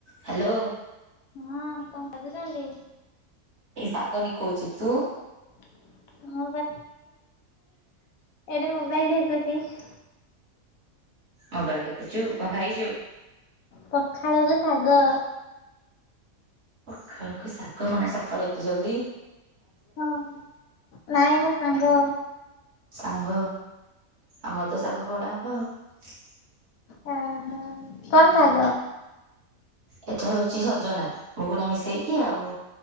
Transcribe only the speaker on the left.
ହଁ କଣ କରୁଛନ୍ତି?
<unintelligible> <unintelligible> ଏଥି ମୋବାଇଲ ଦେଖୁଛି।
ପଖାଳକୁ ଶାଗ।
ହଁ ନାଇଁ ମ ସାଙ୍ଗ।
ହ ହ କମ ଜାଗ।